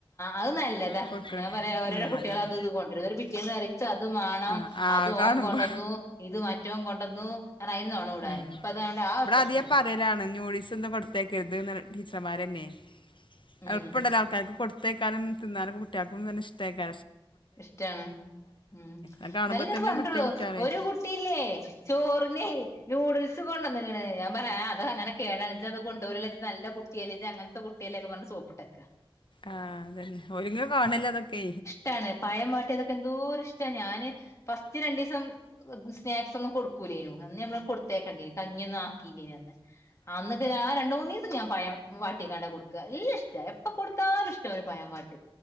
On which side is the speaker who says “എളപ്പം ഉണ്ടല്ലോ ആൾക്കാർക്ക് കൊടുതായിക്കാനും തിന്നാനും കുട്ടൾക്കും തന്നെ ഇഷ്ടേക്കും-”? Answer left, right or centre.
Left